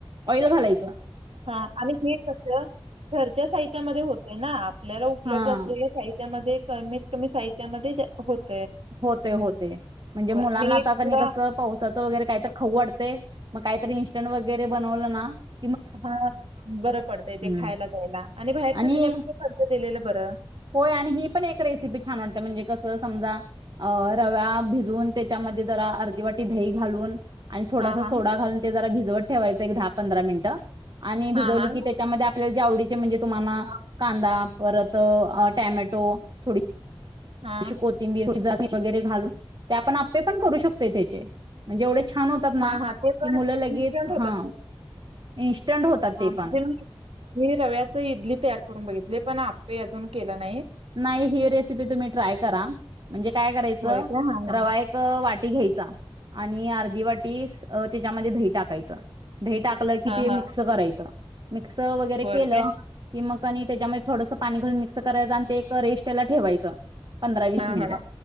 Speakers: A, on the right; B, on the right.
A: ऑइल घालायच.
B: हा आणि हे कस घरच्या साहित्यामध्ये होते ना आप आपल्याला उपलब्ध
A: हा
B: असलेल्या साहित्यामध्ये कमीत कमी साहित्यामध्ये जे होत
A: होतय होतय म्हणजे मुलांना
B: आणि
A: आता
B: एक
A: कनी
B: तुला
A: कसं पावसाचं वगैरे काय तर खाऊ वाड ते म काहीतरी इंन्स्टंट वगैरे बनवलं ना <inaudible>
B: हा बरं पडतय ते
A: हम्म
B: खायला द्यायला. आणि बाहेरच
A: आणि
B: देण्यापेक्षा घरचच दिलेलं बरं.
A: होय आणि ही पण एक रेसिपी छान वाटते म्हणजे कसं समजा अ रव्या भिजून त्याच्यामध्ये जरा अर्धी वाटी दही घालून. आणि थोडासा
B: हां, हां.
A: सोडा घालून ते जरा भिज वत ठेवायच एक दहा पंधरा मिनटं आणि भिजवली
B: हां, हां.
A: की त्याच्यामध्ये आप आपल्याला जे आवडीचे म्हणजे तुम्हाना
B: हां,
A: कांदा परत अ टॅमॅटो थोडी
B: हां,
A: जशी कोथिंबीर जा वगैरे घालून ते आपण आप्पे पण करू शकतोय त्याचे म्हणजे एवढे छान होतात ना
B: हा
A: की
B: हा ते पण
A: मुलं लगेच
B: इन्स्ट्स होतात
A: हा इन्स्टंट होतात
B: म्हणजे
A: ते पण
B: मी मी रव्याच इडली तयार करून बघितले पण आप पे अजून केलं नाही.
A: नाही ही रेसिपी तुम्ही ट्राय करा. म्हणजे काय करायचं
B: होय का? हां, हां.
A: रवा एक वाटी घ्यायचा आणि अर्धी वाटी ती त्याच्यामध्ये दही टाकायच. दही टाकलं की
B: हां,
A: ते
B: हां, हां.
A: मिक्स करायचं. मिक्स वगैरे
B: होय
A: केलं
B: काय?
A: की म कनी त्याच्याम थोडसं पाणी घालुन मिक्स करायचं आणि ते करइस्टला ठेवायचं. पंधरा वीस
B: हां,
A: मिनिट
B: हां.